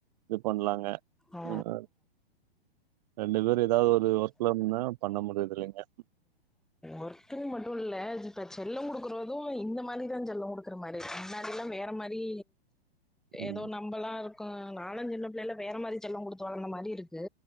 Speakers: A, on the right; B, in the centre.
A: இது பண்ணலாங்க
B: ஆ
A: உ ரெண்டு பேரு ஏதாவது ஒரு ஒர்க்லனா பண்ண முடிறது இல்லைங்க
B: ஒர்த்துன் மட்டு இல்ல இப்ப செல்லம் குடுக்குறது இந்த மாரிதா செல்லம் குடுக்குற மாரி முன்னாடி எல்லா வேற மாரி
A: ம்.
B: ஏதோ நம்மல்லா இருக்கோ நாலஞ் சின்ன பிள்ளையில வேற மாரி செல்லம் குடுத்து வளர்ந்த மாரி இருக்கு